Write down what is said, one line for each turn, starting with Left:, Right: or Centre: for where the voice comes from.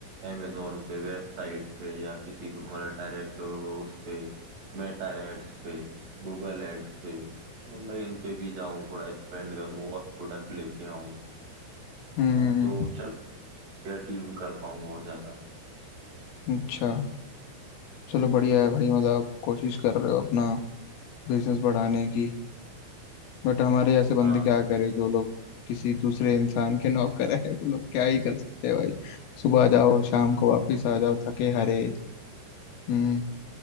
Right: अमेजोन पे वेबसाइट पे या किसी को मतलब डायरेक्ट उस पे मेटा एड्स पे गूगल एड्स पे मतलब इन पे भी जाऊँ थोड़ा एक्सपेंड करूँ और प्रोडक्ट लेके आऊँ
Left: हम्म
Right: है ना तो चल या टीम कर पाऊँ और ज्यादा
Left: अच्छा चलो बढ़िया है भाई मतलब आप कोशिश कर रहे हो अपना बिजनेस बढ़ाने की बट हमारे ऐसे बंदे
Right: हाँ
Left: क्या करे जो लोग किसी दूसरे इंसान के नौकर करे वो लोग क्या ही कर सकते हैं भाई सुबह जाओ शाम को वापिस आ जाओ थके हारे हम्म